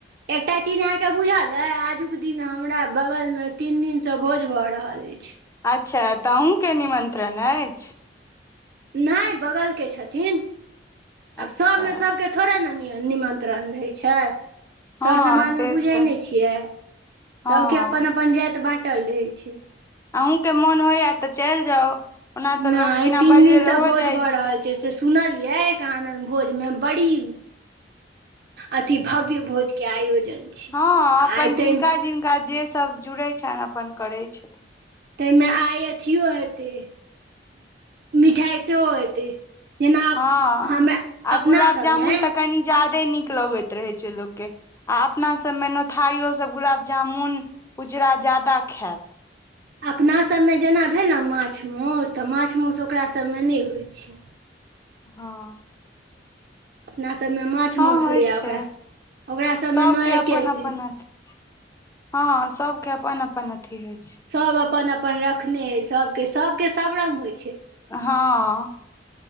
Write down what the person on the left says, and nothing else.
अच्छा त आहुँके निमंत्रण अछि
अच्छा
हँ
से
तऽ
हँ
अहूँ के मोन होइयत तऽ चलि जाउ ओना तऽ
लोक बिना
बजेले
हो
जाइ
हँ अपन
जिनका
जिनका जे सब जुड़ै छैन अपन करै छथिन
हँ
आ
गुलाब
जामुन तऽ कनि ज्यादे नीक लगैत रहै छै लोकके आ अपना सबमे नोथारियो सब गुलाब जामुन उजरा ज्यादा खाएत
हँ
हँ
होइ
छै
सबके
अपन
अपन अथी हँ सबके अपन अपन अथी होइ छै
हँ